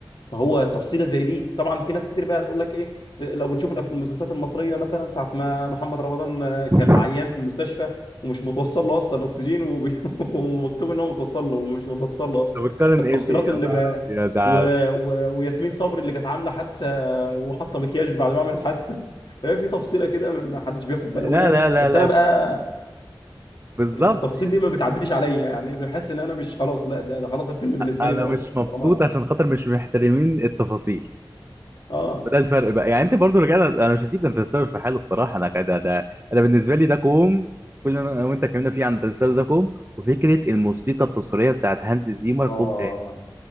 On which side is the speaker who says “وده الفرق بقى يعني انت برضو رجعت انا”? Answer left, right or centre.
Right